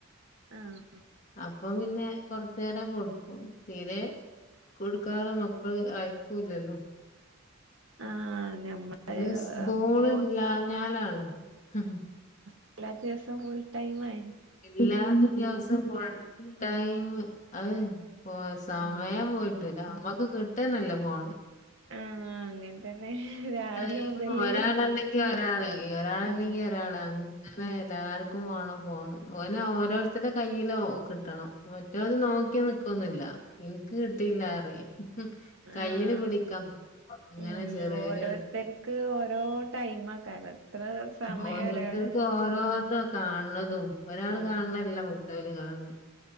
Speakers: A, on the right; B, on the left.
A: ആഹ്
B: അപ്പം പിന്നെ കൊറച്ചു നേേരം കൊടുക്കും തീരെ കൊടുക്കാതെ മക്കള് അയക്കൂല്ലല്ലോ
A: ആഹ ഞമ്മള്
B: പിന്നെ സ്കൂള്
A: പോ
B: ഇല്ലാഞ്ഞാലാണ് <unintelligible>
A: എല്ല ദിവസം ഫുൽ ടൈം ആ
B: എല്ലാ ദിവസം പോ ടൈം അത് പോ സമയം
A: ഉം
B: പോയിട്ടൂല നമ്മത് കിട്ടാനല്ലേ പോണ്
A: ആഹ അങ്ങനെ തന്നെ രാവിലെ
B: അ
A: മുതല്
B: ഒരാളല്ലെങ്കിൽ ഒരാള് ഒരാൾല്ലെങ്കി
A: ഉം
B: ഒരാള അനെ എല്ലാർക്കും വേണം ഫോണ് ഓനെ ഓരോരുത്തരുടെ കയ്യിലോ കിട്ടണം മറ്റത് നോക്കി ക്കൊന്നില്ല എനിക്ക് കിട്ടിയില്ലാറീം കയ്യിൽ
A: ആഹ്
B: പിടിക്കാം അങ്ങനെ
A: ഉം
B: ചെറിയരു
A: ഓരോരുത്തർക്ക് ഓരോ ടൈമാക്കാരം എത്ര സമയം
B: ഓരോരുത്തർക്കും
A: ഒരാള്
B: ഓരോന്ന കാണ കാതും ഒരാൾ
A: ആഹ്
B: കാണണല്ല മറ്റവര് കാണ